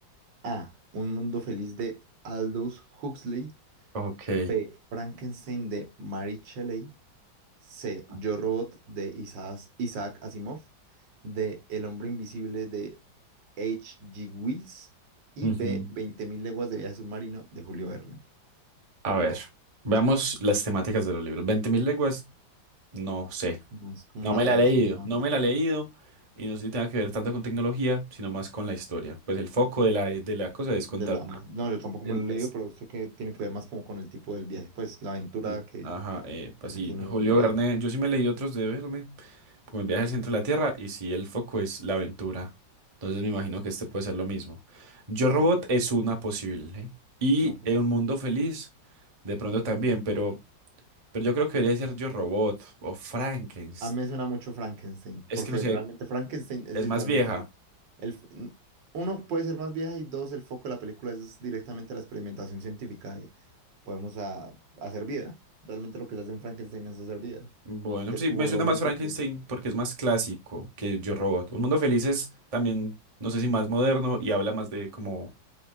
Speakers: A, on the right; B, on the right.
A: A. Un mundo feliz de Aldous Huxley.
B: ok.
A: B. Frankenstein de Mary Shelley. C.
B: Ah,
A: Yo Robot de Isaac, Isaac Asimov. D. El hombre invisible de H.G. Wells. Y
B: Ujú,
A: B.
B: ujú.
A: 20.000 leguas de viaje submarino de Julio Verne.
B: A ver, veamos las temáticas de los libros. veinte mil leguas, no sé.
A: No, es como
B: No
A: una
B: me
A: travesía,
B: la he leído,
A: es una aventura.
B: no me la he leído y no sé si tenga que ver tanto con tecnología, sino más con la historia. Pues el foco de la, de la cosa es contar
A: De la...
B: una.
A: No, yo tampoco
B: el-
A: me lo he
B: es,
A: leído, pero sé que tiene que ver más como con el tipo del viaje, pues la aventura
B: sí.
A: que
B: Ajá, eh, pues
A: que se
B: sí,
A: tiene
B: Julio
A: en el viaje.
B: Verne, yo sí me leí otros de Verne, como el viaje al centro de la Tierra, y sí, el foco es la aventura. Entonces me imagino que este puede ser lo mismo. Yo Robot
A: Ya,
B: es una posible. Y
A: es una cosa.
B: eh, Un Mundo Feliz, de pronto también, pero, pero yo creo que debería ser Yo Robot o Frankenstein.
A: A mí me suena mucho Frankenstein,
B: Es
A: porque
B: que no sé,
A: realmente Frankenstein es
B: es
A: literalmente
B: más vieja.
A: el, el- uno puede ser más vieja y dos, el foco de la película es directamente la experimentación científica y podemos a- hacer vida. Realmente lo que le hacen Frankenstein es hacer vida,
B: Bueno,
A: que
B: sí,
A: es como
B: me suena
A: lo único
B: más Frankenstein
A: que...
B: porque es más clásico que Yo Robot. Un Mundo Feliz es también, no sé si más moderno y habla más de como